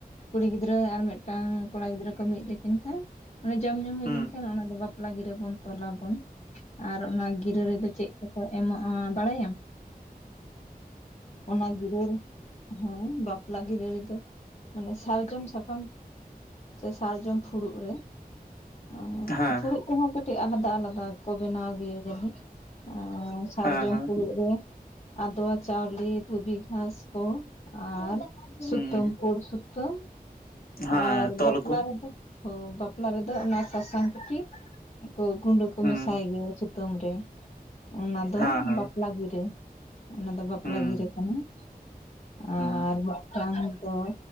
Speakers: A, on the left; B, on the left.
A: ᱠᱩᱲᱤ ᱜᱤᱫᱽᱨᱟᱹ ᱟᱨ ᱢᱤᱜᱴᱟᱝ ᱠᱚᱲᱟ ᱜᱤᱫᱽᱨᱟᱹ ᱠᱚ ᱢᱤᱫ ᱞᱮᱠᱤᱱ ᱠᱷᱟᱱ? ᱚᱱᱮ ᱡᱚᱢ ᱧᱩ ᱦᱩᱭ
B: ᱦᱩᱸ
A: ᱞᱮᱱᱠᱷᱟᱱ, ᱚᱱᱟ ᱫᱚ ᱵᱟᱯᱞᱟ ᱜᱤᱨᱟᱹ ᱵᱚᱱ ᱛᱚᱞᱟᱵᱚᱱ ᱟᱨ ᱚᱱᱟ ᱜᱤᱨᱟᱹ ᱨᱮᱫᱚ ᱪᱮᱫ ᱠᱚᱠᱚ, ᱮᱢᱟᱜᱼᱟ ᱵᱟᱲᱟᱭᱟᱢ? ᱚᱱᱟ ᱜᱤᱨᱟᱹ ᱨᱮ, ᱦᱮᱸ ᱵᱟᱯᱞᱟ ᱜᱤᱨᱟᱹ ᱨᱮᱫᱚ ᱢᱟᱱᱮ, ᱥᱟᱨᱡᱚᱢ ᱥᱟᱠᱟᱢ ᱾ ᱥᱮ ᱥᱟᱨᱡᱚᱢ ᱯᱷᱩᱲᱩᱜ ᱨᱮ? ᱚᱸ,
B: ᱦᱮᱸ
A: ᱯᱷᱩᱲᱩᱜ ᱠᱚᱦᱚᱸ ᱠᱟᱹᱴᱤᱡ ᱟᱞᱟᱫᱟ ᱟᱞᱟᱫᱟ ᱠᱚ ᱵᱮᱱᱟᱣ ᱜᱮᱭᱟ ᱡᱟᱹᱱᱤᱡ? ᱟᱸ, ᱥᱟᱨᱡᱚᱢ
B: ᱦᱮᱸ ᱦᱮᱸ
A: ᱯᱷᱩᱲᱩᱜ ᱨᱮ ᱟᱫᱚᱣᱟ ᱪᱟᱣᱞᱮ ᱫᱷᱩᱵᱤ ᱜᱷᱟᱥ ᱠᱚ, ᱟᱨ ᱥᱩᱛᱟᱹᱢ
B: ᱦᱩᱸ
A: ᱯᱳᱲ ᱥᱩᱛᱟᱹᱢ᱾ ᱛᱚ,
B: ᱦᱮᱸ
A: ᱟᱨ
B: ᱛᱚᱞ
A: ᱵᱟᱯᱞᱟ
B: ᱟᱠᱚ
A: ᱨᱮᱫᱚ ᱚᱸ, ᱵᱟᱯᱞᱟ ᱨᱮᱫᱚ ᱚᱱᱟ ᱥᱟᱥᱟᱝ ᱛᱮᱠᱤ, ᱠᱚ ᱜᱩᱸᱰᱟᱹ ᱠᱚ
B: ᱦᱩᱸ
A: ᱢᱮᱥᱟᱭ ᱜᱮᱭᱟ ᱾ ᱥᱩᱛᱟᱹᱢ ᱨᱮ ᱚᱱᱟ ᱫᱚ
B: ᱦᱮᱸ ᱦᱮᱸ
A: ᱵᱟᱯᱞᱟ ᱜᱤᱨᱟᱹ, ᱚᱱᱟ ᱫᱚ ᱵᱟᱯᱞᱟ
B: ᱦᱩᱸ
A: ᱜᱤᱨᱟᱹ ᱠᱟᱱᱟ ᱾
B: ᱦᱩᱸ
A: ᱟᱨ ᱢᱤᱜᱴᱟᱝ ᱫᱚ,